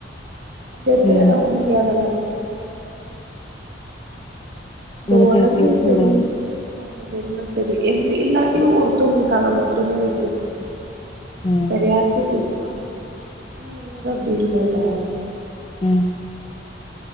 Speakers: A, on the right; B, on the left.
A: அந்த எடத்துல
B: ம்.
A: நா உண்மையா தான இருக்கே இந்த
B: உனக்கு
A: உடம்பே
B: அது தெரியுதுல்ல.
A: சரி அந்த ஒண்ணு சரி எந்த எல்லாத்தையு ஒருத்தவங்களுக்காக மட்டுமே வச்சிருக்கல்ல
B: ம்.
A: வேற யாருக்கு குடுக்காம ஆனா எல்லாரு அப்டி இல்லல்ல
B: ம்